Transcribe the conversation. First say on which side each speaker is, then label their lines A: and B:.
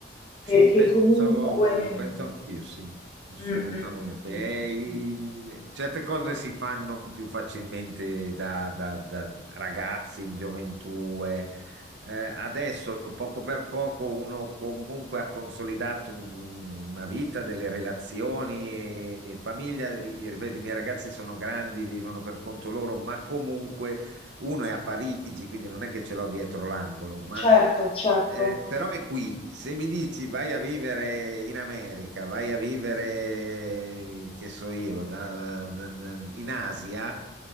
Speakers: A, on the right (about 65°); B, on the left (about 30°).
A: Sì,
B: perché
A: penso,
B: comunque...
A: penso anch'io, sì, assolutamente.
B: mm, mm, mm, mm,
A: Eh,
B: mm,
A: i-
B: mm, mm,
A: certe cose si fanno più facilmente da, da- da ragazzi in gioventù. eh. Eh, adesso, poco per poco, uno comunque ha consolidato un- una vita, delle relazioni e, e famiglia. I- Ripeto, i miei ragazzi sono grandi, vivono per conto loro, ma comunque uno è a Parigi, quindi non è che ce l'ho dietro l'angolo, ma
B: certo, certo.
A: eh, però è qui. Se mi dici vai a vivere in America, vai a vivere, che so io, da- da- da- in Asia,